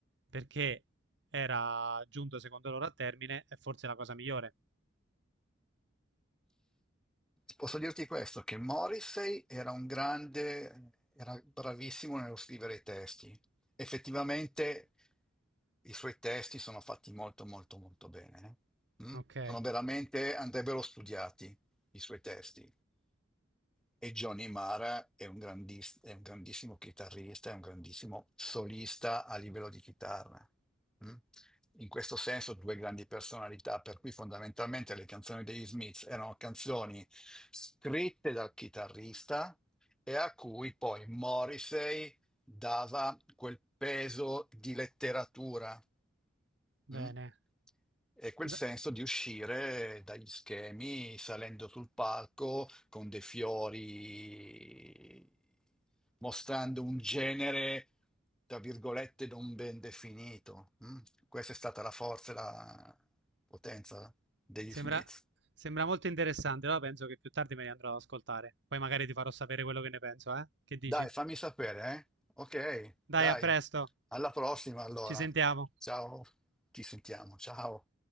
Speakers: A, on the right; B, in the centre.
A: perché era giunto secondo loro a termine, è forse la cosa migliore.
B: Posso dirti questo, che Morrissey era un grande, era bravissimo nello scrivere i testi. Effettivamente i suoi testi sono fatti molto molto molto bene. eh. Mm.
A: Ok,
B: Sono veramente, andrebbero studiati. i suoi testi. E Johnny Mara è un, grandis- è un grandissimo chitarrista, è un grandissimo solista a livello di chitarra. mm? In questo senso, due grandi personalità, per cui fondamentalmente le canzoni degli Smiths erano canzoni scritte dal chitarrista e a cui poi Morrissey dava quel peso di letteratura
A: bene.
B: mm? E quel
A: D-
B: senso di uscire dagli schemi salendo sul palco con dei fiori, mostrando un genere, tra virgolette, non ben definito. mm? Questa è stata la forza e la potenza degli
A: Sembra,
B: Smith.
A: sembra molto interessante, però penso che più tardi me li andrò ad ascoltare. Poi magari ti farò sapere quello che ne penso, eh? Che dici?
B: Dai, fammi sapere, eh? Ok,
A: Dai,
B: dai,
A: a presto,
B: alla prossima allora.
A: ci sentiamo.
B: Ciao, ci sentiamo, ciao.